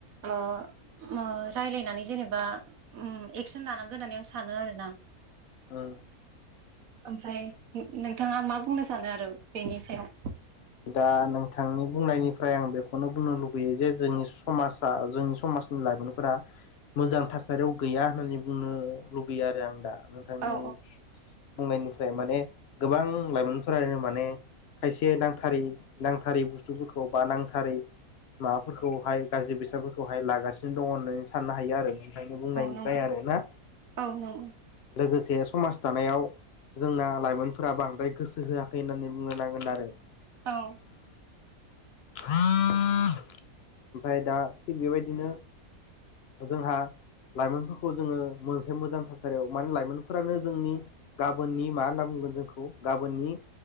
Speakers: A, on the right; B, on the left.
A: ओ ओ रायलायनानै जेनेबा ओम एक्सन लानांगो होननानै आं सानो आरो ना
B: ओ
A: ओमफ्राय नों नोंथाङा मा बुंनो सानो आरो बेनि सायाव
B: दा नोंथांनि बुंनायनिफ्राय आं बेखौनो बुंनो लुबैयो जे जोंनि समाजा जोंनि समाज समनि लाइमोनफोरा मोजां थासारियाव गैया होननानै बुंनो लुबैयो आरो आं दा नोंथांनि
A: औ
B: बुंनायनि फ्राय माने गोबां लाइमोनफोरानो माने खायसे नांथार थारै नांथारै बुस्थुफोरखौ बा नांथारै माबाफोरखौहाय गाज्रि बेसादफोर खौहाय लागासिनो दङ होननानै साननो हायो आरो बिनिखायनो बुंनायनिफ्राय
A: नंगौ
B: आरो ना
A: औ नंगौ औ नंगौ
B: लोगोसे समाज दानायाव जोंना लाइमोनफोरा बांद्राय गोसो होआखै होननानै बुंनो नांगोन आरो
A: औ
B: <inaudible> ओमफ्राय दा थिग बेबायदिनो जोंहा लाइमोनफोरखौ जोङो मोनसे मोजां थासारियाव माने लाइमोनफोरानो जोंनि गाबोननि मा होनना बुङो जोंखौ गाबोननि